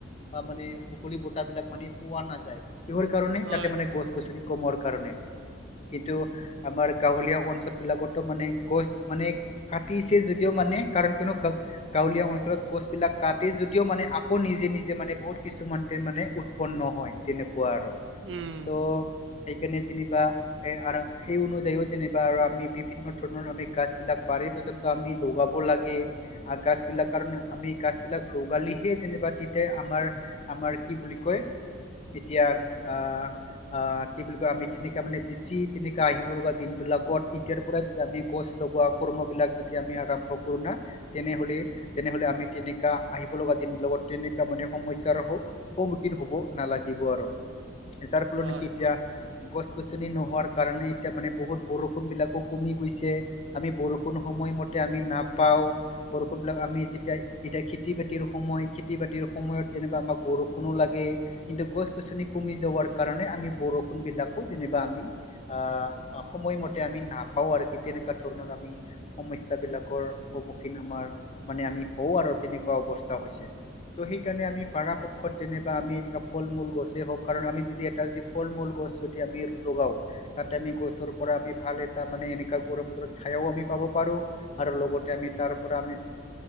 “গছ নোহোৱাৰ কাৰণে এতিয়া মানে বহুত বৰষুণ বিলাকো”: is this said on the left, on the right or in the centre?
Left